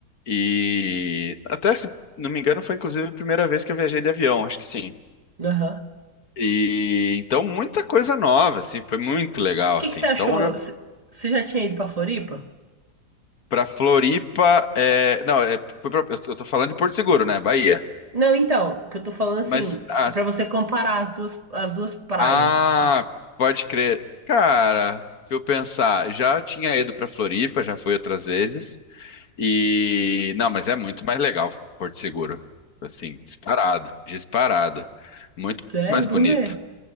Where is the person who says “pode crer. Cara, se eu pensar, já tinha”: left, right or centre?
Left